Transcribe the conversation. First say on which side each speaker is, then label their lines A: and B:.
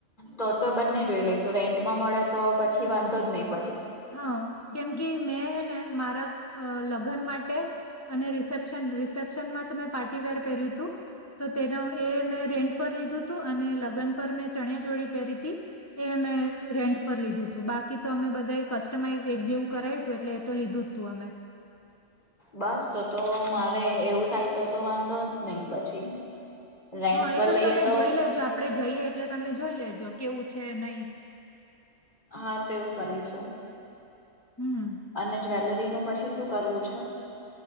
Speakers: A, on the left (about 35°); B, on the left (about 15°).
A: તો તો બંને જોઈ લઈસુ રેન્ટમાં મળે તો પછી વાંધો જ નહીં
B: હા કેમ કે મેં હે ને મારા લગ્ન માટે અને રિસેપ્શન રિસેપ્શનમાં તમે પાર્ટીવેર પહેર્યું હતું તો તેનો એ મેં રેન્ટ લીધું હતું અને લગ્ન પર મેં ચણીયા ચોળી પહેરીતી એ મેં રેન્ટ પર લીધું હતું બાકી તો અમે બધા કસ્ટમાઈઝ એક જેવું કરાયું હતું એટલે એ તો લીધું જ તું અમે
A: બસ તો તો મારે એવું થાય તો તો વાંધો જ નહીં પછી રેન્ટ
B: હા
A: પર
B: એ
A: લઈએ
B: તમે
A: તો
B: જોઈ લેજો આપડે જઈએ એટલે તમે જોઈ લેજો કેવું છે નહી
A: હા તો એવું કરીશું.
B: હમ
A: અને જ્વેલરીનું પછી શું કરવું છે?